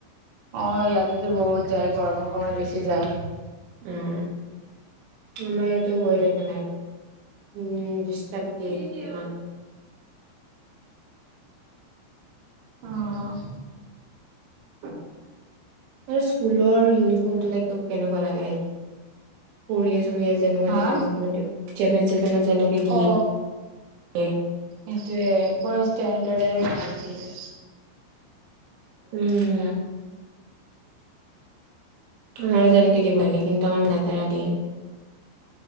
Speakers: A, on the right; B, on the right.
A: অ', ইয়াতেতো বহুত। যায় গৰমৰ সময়ত বেছি যায়।
B: অ', আমাৰ ইয়া মটো গৈ থাকে লাইট। উম্ ডিষ্টাৰ্ব দিয়ে ইমান।
A: অহ,
B: আৰু স্কুলৰ ইউনিফৰ্মটো লাইক তোৰ কেনেকুৱা লাগে কৰি আছ, টোৱে যেনেকুৱা
A: হা
B: জেপেন- চেপেন, জেপেন -চেপেনত যেনেকে দিয়ে,
A: অ
B: দিয়ে।
A: সেইটোয়ে পোৰা ইষ্টেণ্ডাৰ আৰু ভাল দিয়ে।
B: উম আমাৰো তেনেকে দিব লাগে কিন্তু আমাৰ লেতেৰা দিয়ে